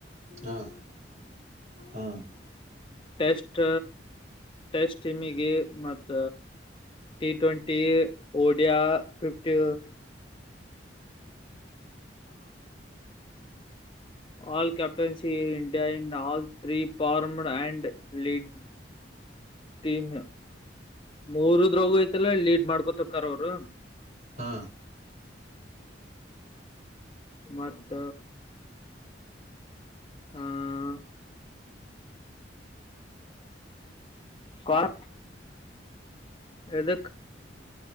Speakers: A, on the right (about 45°); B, on the left (about 30°).
A: ಹಾ ಹಾ
B: ಟೆಸ್ಟ್ ಟೆಸ್ಟ್ ಟೀಮಿಗೆ ಮತ್ತ ಟಿ ಟ್ವೆಂಟಿ ಓಡಿಯಾ ಿಫ್ಟಿ
A: ಹ
B: ಆಲ್ ಕ್ಯಾಪ್ಟನ್ಸಿ ಇಂಡಿಯಾ ಇಂಡ ಆಲ್ ೀ ಪಾರ್ಮ್ಡ್ ಅಂಡ್ ಲೀಡ್ ಟೀಮ್ ಮೂರು ದ್ರೋಗ ಐ್ತಲ್ಲ ಲೀಡ್ ಮಾಡ್ಕೊತ ಕರ ಅವರು
A: ಹಾ
B: ಮತ್ತ ಹ್ಮ್ ಕಲ್ ಯದಕ್